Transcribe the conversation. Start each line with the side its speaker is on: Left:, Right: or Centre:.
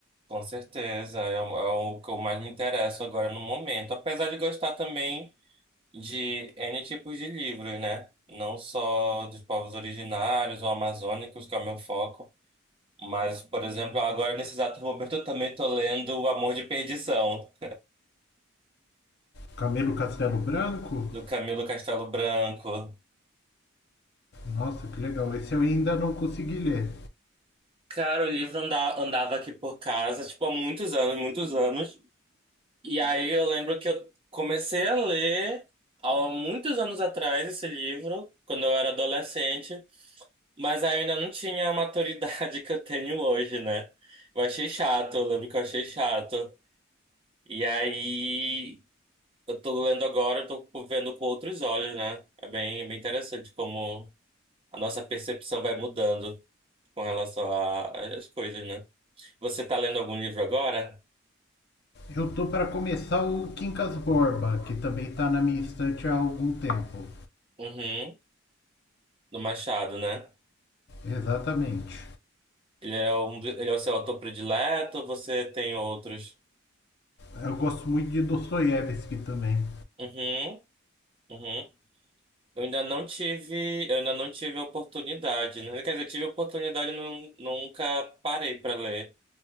Right: Com certeza, é, o- é o que eu mais me interesso agora no momento. Apesar de gostar também. de N tipos de livros, né? Não só dos povos originários ou amazônicos, que é o meu foco, mas, por exemplo, agora nesse exato momento eu também tô lendo O Amor de Perdição,
Left: Camilo Castelo Branco?
Right: do Camilo Castelo Branco.
Left: Nossa, que legal. Esse eu ainda não consegui ler.
Right: Cara, o livro anda- andava aqui por casa, tipo, há muitos anos, muitos anos. E aí eu lembro que eu comecei a ler há muitos anos atrás esse livro, quando eu era adolescente. Mas aí eu ainda não tinha a maturidade <laughs> que eu tenho hoje, né? Eu achei chato, eu lembro que eu achei chato. E aí eu tô lendo agora, eu tô vendo com outros olhos, né? É bem, bem interessante como a nossa percepção vai mudando com relação a- às coisas, né? Você tá lendo algum livro agora?
Left: Eu tô para começar o Quincas Borba, que também tá na minha estante há algum tempo.
Right: Uhum, do Machado, né?
Left: Exatamente.
Right: Ele é um, do- ele é o seu autor predileto, ou você tem outros?
Left: Eu gosto muito de Dostoiévski também.
Right: Uhum, uhum. Eu ainda não tive, eu ainda não tive a oportunidade, né? Quer dizer, eu tive a oportunidade, e não, nunca parei para ler,